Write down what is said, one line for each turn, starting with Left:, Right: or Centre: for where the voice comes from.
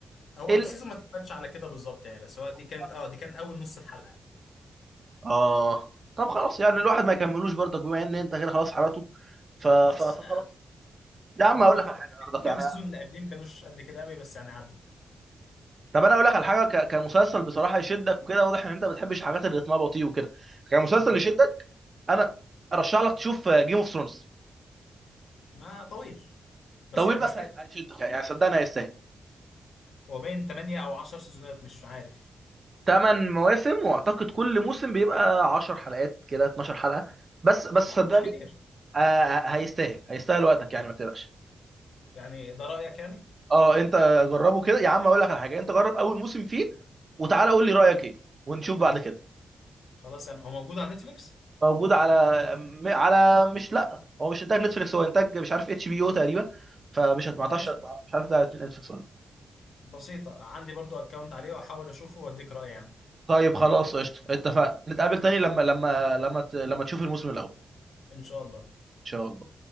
Left: هو
Right: إيه ال-
Left: السيزون ما اتقفلش على كده بالظبط يعني بس هو دي
Right: آه.
Left: كانت اه دي كان اول نص الحلقه
Right: اه طب خلاص يعني الواحد ما يكملوش برضك بما ان انت كده خلاص حرقته ف... ف...
Left: أص...
Right: فخلاص
Left: آه.
Right: يا عم
Left: وبرضه
Right: اقول لك
Left: ك-
Right: على حاجه برضك
Left: الكام
Right: يعني
Left: سيزون اللي قبليه ما كانوش قد كده قوي بس يعني عدوا
Right: طب انا اقول لك على حاجه ك... كمسلسل بصراحه يشدك وكده واضح ان انت ما بتحبش الحاجات اللي رتمها بطيء وكده كمسلسل
Left: امم
Right: يشدك انا ارشح لك تشوف جيم اوف ثرونز
Left: ما طويل بس
Right: طويل
Left: يعني
Right: بس
Left: يستاهل
Right: هي- هيشدك يعني صدقني هيستاهل
Left: هو باين 8 او 10 سيزونات مش عارف
Right: ثمان مواسم واعتقد كل موسم بيبقى 10 حلقات كده 12 حلقة بس بس
Left: لا
Right: صدقني
Left: مش كتير
Right: آه آه، هيستاهل هيستاهل وقتك يعني ما تقلقش
Left: يعني ده رايك يعني
Right: اه انت جربه كده يا عم اقول لك على حاجة انت جرب اول موسم فيه وتعالى قول لي رأيك ايه ونشوف بعد كده
Left: خلاص يعني هو موجود على نتفليكس
Right: موجود على م- على مش لا هو مش انتاج نتفليكس هو انتاج مش عارف اتش بي او تقريبا فمش هت- ما اعتقدش
Left: ماشي
Right: مش عارف ده نتفليكس ولا لأ.
Left: بسيطه عندي برضو اكونت عليه واحاول اشوفه واديك رايي يعني
Right: طيب خلاص قشطة اتفقنا نتقابل تاني لما لما لما ت- لما تشوف الموسم الاول
Left: ان شاء الله
Right: ان شاء الله